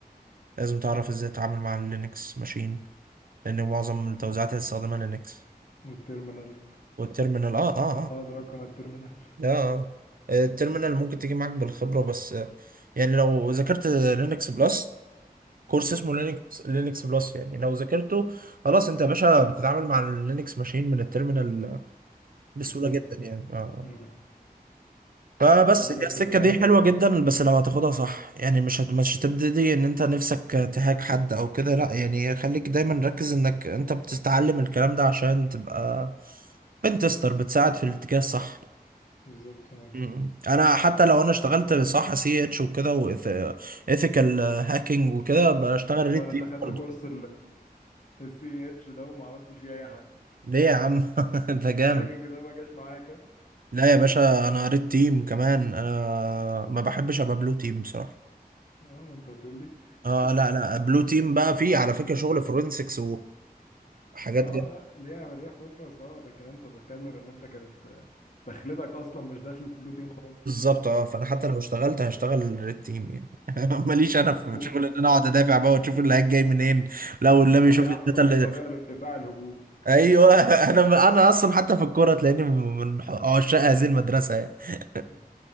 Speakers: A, on the right; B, on the left.
A: لازم تعرف ازاي تتعامل مع اللينكس ماشين لأن معظم التوزيعات هتستخدمها لينكس
B: والترمينال
A: والتيرمينال اه اه
B: وما
A: آه.
B: ادراك ما الترمينال
A: اه التيرمينال ممكن تيجي معاك بالخبرة بس آه، يعني لو ذاكرت لينكس بلس كورس اسمه لينكس لينكس بلس يعني لو ذاكرته خلاص انت يا باشا بتتعامل مع اللينكس ماشين من التيرمينال بسهولة
B: بسهولة
A: جدا يعني اه
B: مم.
A: فبس
B: الموضوع ما
A: هي
B: جاش
A: السكة
B: بالساهل
A: دي حلوة
B: يعني
A: جدا بس لو هتاخدها صح يعني مش هت- مش هتبتدي ان انت نفسك تهاك حد او كده لا يعني خليك دايما ركز انك انت بتتعلم الكلام ده عشان تبقى بنتستر بتساعد في الاتجاه الصح
B: بالظبط اه
A: مم. انا حتى لو انا اشتغلت صح سي اتش وكده وايثيكال هاكينج وكده بشتغل ريد
B: طبعا
A: تيم
B: انت خدت
A: برضه
B: كورس السي إيه اتش ده وما عملتش فيه اي حاجه
A: ليه يا عم <laughs> انت جامد
B: الهاكينج ده ما جاش معاك اه
A: لا يا باشا انا ريد تيم كمان انا ما بحبش ابقى بلو تيم بصراحه
B: ما انت هتقول لي
A: اه لا لا بلو تيم بقى فيه على فكره شغل فورنسكس وحاجات
B: اه
A: جد
B: لا، ليها ليها فرص اه لكن انت بتكلم ان انت كانت آه، دخلتك اصلا مش دخلت بلو تيم خالص
A: بالظبط اه فانا حتى لو اشتغلت هشتغل ريد تيم يعني <laughs> ماليش
B: مم.
A: انا في
B: هجوم،
A: شغل ان انا
B: آه.
A: اقعد ادافع بقى وتشوف اللي جاي منين لو اللي بيشوف
B: طب يا
A: لي
B: احسن
A: الداتا اللي
B: طريقه للدفاع الهجوم
A: ايوه <laughs> انا انا اصلا حتى في الكوره تلاقيني من عشاق هذه المدرسه يعني <laughs>
B: مم.